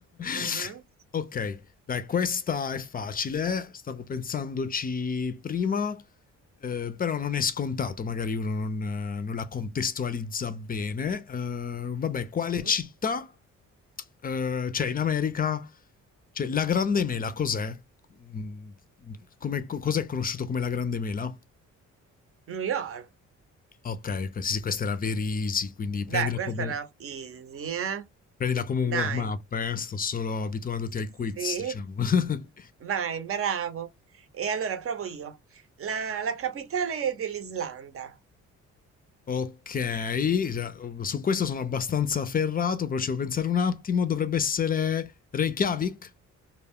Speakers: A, on the right (about 45°); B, on the left (about 30°).
A: mhm,
B: <laughs> Okay, dai, questa è facile, stavo pensandoci prima. Eh, però non è scontato, magari uno non, eh, non la contestualizza bene. Eh, vabbè, quale
A: mhm.
B: città? Eh, cioè, in America, cioè, la Grande Mela cos'è? Mm, Come, co- cos'è conosciuto come la Grande Mela?
A: New York.
B: Ok, ok, sì, sì, questa era Verisi, quindi prendila
A: Dai, questa
B: come,
A: era easy, eh?
B: prendila come
A: Dai,
B: un warm-up, eh, Sto solo abituandoti
A: sì.
B: ai quiz, diciamo. <laughs>
A: Vai, bravo. E allora provo io. La, la capitale dell'Islanda.
B: Ok, cioè, su questo sono abbastanza ferrato, però ci devo pensare un attimo. Dovrebbe essere Reykjavik?